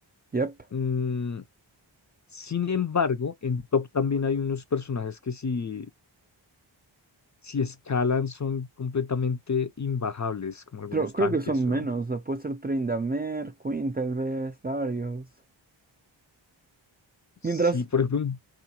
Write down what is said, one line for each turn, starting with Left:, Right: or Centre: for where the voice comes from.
Right: Yep.
Left: Mm, sin embargo, en Top también hay unos personajes que si, si escalan son completamente imbajables, como algunos
Right: Creo, creo
Left: tanques
Right: que son
Left: o...
Right: menos. O sea, puede ser Tryndamere, Quinn tal vez, Darius.
Left: Sí,
Right: Mientras
Left: por ejemplo, un-